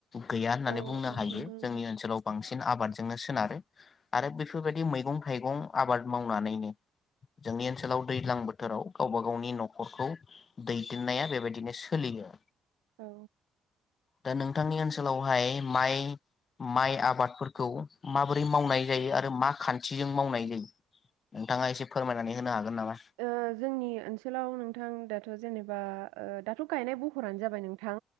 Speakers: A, on the left; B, on the right.
A: गैया होननानै
B: औ
A: बुंनो
B: औ
A: हायो
B: नंगौ नोंथां
A: जोंनि ओनसोलाव बांसिन आबादजोंनो सोनारो आरो बेफोरबायदि मैगं थाइगं आबाद मावनानैनो जोंनि ओनसोलाव दैज्लां बोथोराव गावबा गावनि न'खरखौ दैदेननाया बेबायदिनो सोलियो।
B: औ
A: दा नोंथांनि ओनसोलावहाय माइ माइ आ बादफोरखौ माबोरै मावनाय जायो आरो मा खान्थिजों मावनाय जायो नोंथाङा एसे फोरमायनानै होनो हागोन नामा
B: ओ जोंनि ओनसोलाव नोंथां दाथ' जेनेबा ओ दाथ' गायनाय बहरानो जाबाय नोंथां